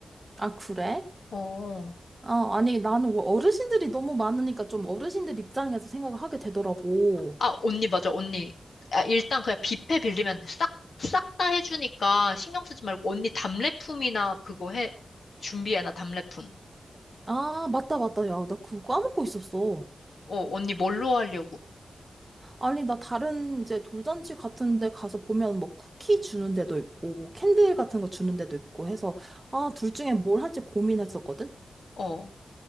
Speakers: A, on the right; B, on the left.
A: 아, 그래?
B: 어.
A: 어, 아니, 나는 뭐 어르신들이 너무 많으니까 좀 어르신들 입장에서 생각을 하게 되더라고.
B: 아, 언니 맞아. 언니. 아, 일단 그냥 뷔페 빌리면 싹 싹 다 해주니까 신경 쓰지 말고 언니 답례품이나 그거 해 준비해놔 답례품.
A: 아, 맞다, 맞다. 야, 나 그거 까먹고 있었어.
B: 어, 언니 뭘로 하려고?
A: 아니, 나 다른 이제 돌잔치 같은 데 가서 보면 뭐 쿠키 주는 데도 있고, 캔들 같은 거 주는 데도 있고 해서, 아, 둘 중에 뭘 할지 고민했었거든?
B: 어.